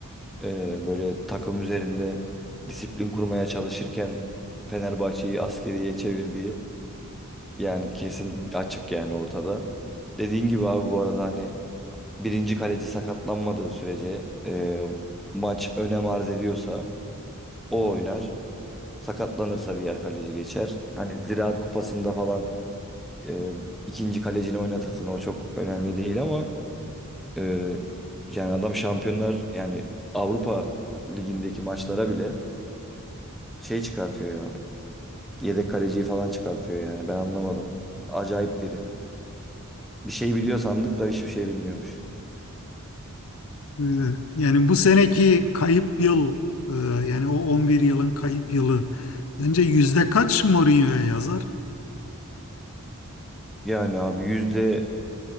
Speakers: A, in the centre; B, on the left (about 65°).
A: e, böyle takım üzerinde disiplin kurmaya çalışırken Fenerbahçe'yi askeriye çevirdiği yani kesin açık yani ortada. Dediğin gibi abi bu arada hani birinci kaleci sakatlanmadığı sürece e, maç önem arz ediyorsa o oynar. Sakatlanırsa diğer kaleci geçer. Hani Ziraat Kupası'nda falan e, ikinci kalecini oynatırsın o çok önemli değil ama e, yani adam şampiyonlar yani Avrupa Ligi'ndeki maçlara bile şey çıkartıyor ya. Yedek kaleciyi falan çıkartıyor yani ben anlamadım. Acayip biri. Bir şey biliyor sandık da hiçbir şey bilmiyormuş.
B: Ee, yani bu seneki kayıp yıl e, yani o on bir yılın kayıp yılı bence yüzde kaç Mourinho'ya yazar?
A: Yani abi yüzde